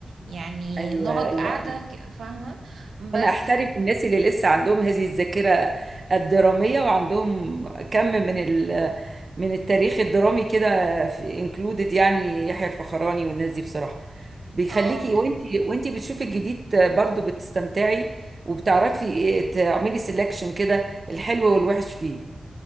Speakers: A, on the right; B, on the right.
A: يعني
B: ايوه
A: نقعد
B: ايوه
A: قاعده ك- فاهمه بس
B: انا احترم الناس اللي لسه عندهم هذه الذاكره الدراميه وعندهم كم من ال من التاريخ الدرامي كده في انكلودد يعني يحيى الفخراني والناس دي بصراحه بيخليكي
A: اه
B: وانتي وانتي بتشوفي الجديد برضو بتستمتعي وبتعرفي إيه تعملي سelection كده الحلو والوحش فيه